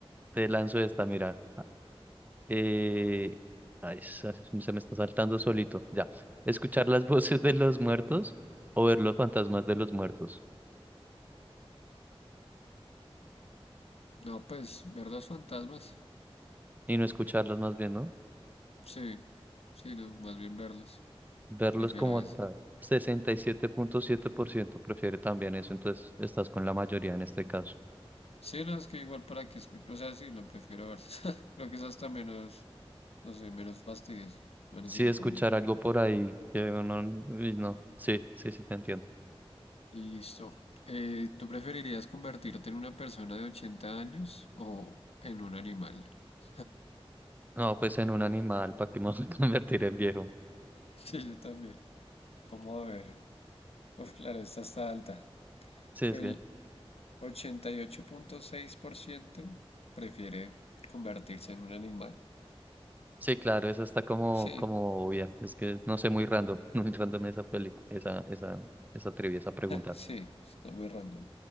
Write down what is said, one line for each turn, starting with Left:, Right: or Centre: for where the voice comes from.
Right: te lanzo esta, mira. Ah, Eh, ay, se se me está saltando solito, ya. Escuchar las <laughs> voces de los muertos o ver los fantasmas de los muertos.
Left: No, pues, ver los fantasmas.
Right: Y no escucharlos más bien, ¿no?
Left: Sí, sí, no, más bien verlos.
Right: Verlos
Left: Prefiero
Right: como
Left: eso.
Right: tal. sesenta y siete siete punto siete por ciento prefiere también eso, entonces estás con la mayoría en este caso.
Left: Sí, no, es que igual para que escucho. O sea, sí, lo prefiero verlos. <laughs> Creo que es hasta menos, no sé, menos fastidioso, menos
Right: sí
Left: incómodo.
Right: escuchar algo por ahí que uno uy, no, sí, sí, sí te entiendo.
Left: Listo. Eh, ¿tú preferirías convertirte en una persona de 80 años o en un animal? <laughs>
Right: No, pues en un animal, ¿para qué me voy a <laughs> convertir en viejo?
Left: Sí, yo también. cómo a ver. Uf, claro, esta está alta.
Right: Sí, es
Left: El
Right: que,
Left: ochenta y ocho punto seis por ciento prefiere convertirse en un animal.
Right: sí, claro, esa está como,
Left: Sí,
Right: como obvia. Es que no sé, muy random, <laughs> muy random esa película, esa, esa, esa trivia, esa pregunta.
Left: sí, está muy random.